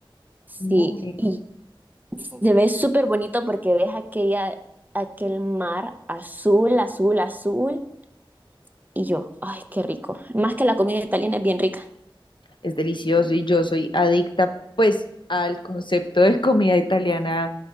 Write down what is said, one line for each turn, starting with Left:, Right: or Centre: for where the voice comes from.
Right: Sí,
Left: Muy.
Right: y se ve súper bonito porque ves aquella, aquel mar azul, azul, azul, y yo, ay, qué rico. Más que la comida italiana es bien rica.
Left: es delicioso y yo soy adicta pues al concepto de comida italiana